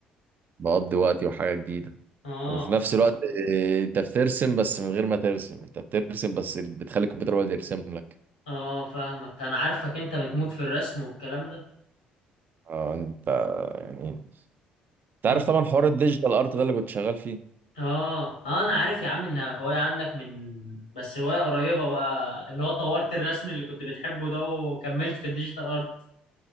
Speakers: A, on the right; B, on the left.
A: بقضي وقتي وحاجة جديدة
B: اه
A: وفي نفس الوقت آه، أنت بترسم بس من غير ما ترسم أنت بترسم بس بتخلي الكمبيوتر هو اللي يرسم لك
B: اه فاهمك انا عارفك انت بتموت في الرسم والكلام ده
A: آه أنت يعني أنت عارف
B: آه.
A: طبعا حوار الديجيتال أرت ده اللي كنت شغال فيه
B: اه اه انا عارف يا عم ان هواية عندك من بس هواية قريبة بقى اللي هو طورت الرسم اللي كنت بتحبه ده وكملت في الديجيتال ارت